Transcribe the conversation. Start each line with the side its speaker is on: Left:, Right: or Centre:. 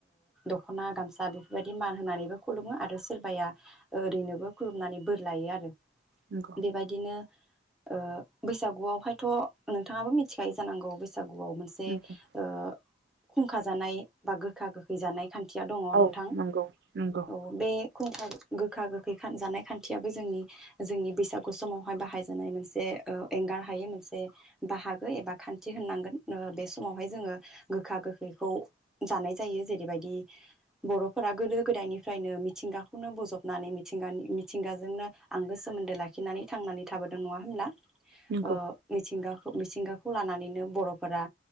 Centre: दखना गामसा बेफोरबायदि मान होनानैबो खुलुमो आरो सोरबाया ओरैनोबो खुलुमनानै बोर लायो आरो
Right: नंगौ
Centre: बेबायदिनो ओ बैसागुआवहायथ नोंथाङाबो मिथिखायो जानांगौ बैसाग सागुआव मोनसे
Right: नंगौ
Centre: ओ खुंखा जानाय बा गोखा गोखै जानाय खान थिया दङ
Right: औ
Centre: नोंथां
Right: नंगौ नंगौ
Centre: औ बे खुंखा गोखा गोखै खान जानाय खान्थियाबो जोंनि जोंनि बैसागु समावहाय बाहाय जानाय मोनसे ओ एंगार हायै मोनसे बाहागो एबा खान्थि होननांगोन ओ बे समावहाय जोङो गोखा गोखैखौ जानाय जायो जेरैबायदि बर'फोरा गोदो गोदायनिफ्रायनो मिथिंगाखौनो बोजबनानै मिथिंगानि मिथिंगाजोंनो आंगो सोमोन्दो लाखिनानै थांनानै थाबोदों नङा होमब्ला?
Right: नंगौ
Centre: अ मिथिंगाख मिथिंगाखौ लानानैनो बर'फोरा